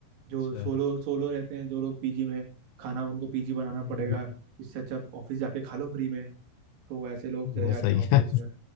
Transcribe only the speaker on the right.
जो
सोलो सोलो रहते हैं जो लोग पीजी में खाना उनको पीजी बनाना
पड़ेगा इससे अच्छा ऑफिस जाके खा लो फ्री में तो ऐसे लोग चले
जाते
हैं ऑफिस
में